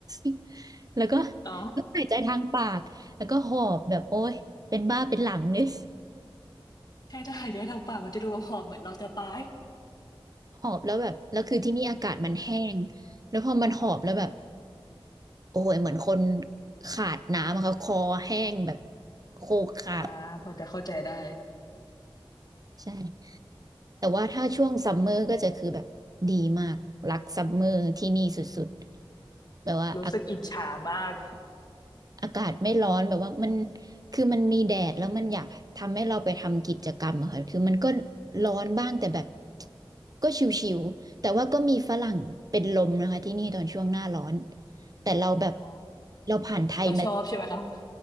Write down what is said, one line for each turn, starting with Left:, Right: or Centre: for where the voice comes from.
Right: <laughs> แล้วก็
Left: อ๋อ
Right: ก็หายใจทางปากแล้วก็หอบแบบโอ้ยเป็นบ้าเป็นหลังเลย
Left: ใช่ถ้าหายใจทางปากมันจะดูหอบเหมือนเราจะตาย
Right: หอบแล้วแบบแล้วคือที่นี่อากาศมันแห้งแล้วพอมันหอบแล้วแบบโอ้ยเหมือนคนขาดน้ำอะค่ะคอแห้งแบบโคขาด
Left: อ่าพอจะเข้าใจได้
Right: ใช่แต่ว่าถ้าช่วงซัมเมอร์ก็จะคือแบบดีมากรักซัมเมอร์ที่นี่สุดๆแบบว่า
Left: รู้สึกอิจฉามาก
Right: อากาศไม่ร้อนแบบว่ามันคือมันมีแดดแล้วมันอยากทำให้เราไปทำกิจกรรมอะค่ะคือมันก็ร้อนบ้างแต่แบบก็ชิวๆแต่ว่าก็มีฝรั่งเป็นลมนะคะที่นี่ตอนช่วงหน้าร้อนแต่เราแบบ
Left: อ่า
Right: เราผ่านไทยมา
Left: เราชอบใช่ไหมคะ